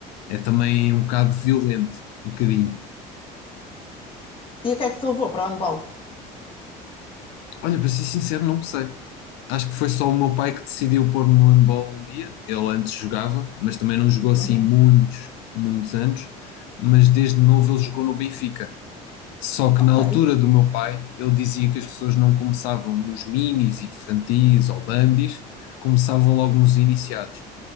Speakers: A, on the left; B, on the left.
A: é também um bocado violento, um bocadinho.
B: E o que é que te levou para o handball?
A: Olha, para ser sincero, não sei. Acho que foi só o meu pai que decidiu pôr-me no handball um dia. Ele antes jogava, mas também não jogou assim
B: Uhum.
A: muitos, muitos anos. Mas desde novo ele jogou no Benfica. Só que
B: Ok,
A: na altura do meu pai, ele dizia que as pessoas não começavam nos minis, infantis ou bambis, começavam logo nos iniciados.